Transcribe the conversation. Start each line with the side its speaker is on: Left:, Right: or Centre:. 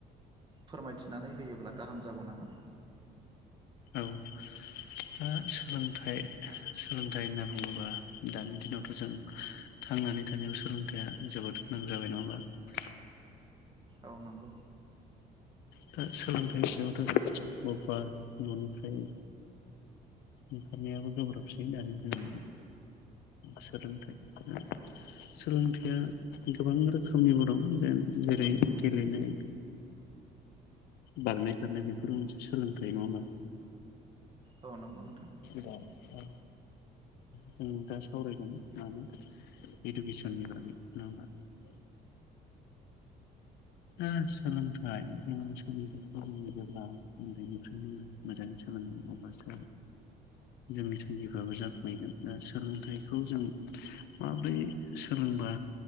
Right: फोरमायथिनानै होयोब्ला गाहाम जागौ नामा
Left: औ दा सोलोंथाइ सोलोंथाइ होनना बुङोबा दानि दिनावथ जों थांनानै थानायाव सोलोंथाइया जोबोद गोनां जाबाय नङा होमबा
Right: औ नोंगौ
Left: दा सोलोंथाइ बिथिंङावथ जों बबेबा ननिफ्राय ओंखारनायाबो गोब्राबसै दानि जों सोलोंथाइ सोलोंथाइया गोबां रोखोमनिबो दं जेन जेरै गेलेनाय बारनाय खारनाय बेफोरबो मोनसे सोलोंथाइ नङा होमबा
Right: औ नंगौ नोंथां
Left: दा दा जों दा सावरायगोन मानो इडुकेसननि बागै नङा होमबा दा सोलोंथाइ जोंनि सोलोंथाइखौ जोङो जेब्ला उन्दैनिफ्रायनो मोजाङै सोलोंगोन अब्लासो जोंनि थांखिफ्राबो जाफुंहैगोन दा सोलोंथाइखौ जों माबोरै सोलोंबा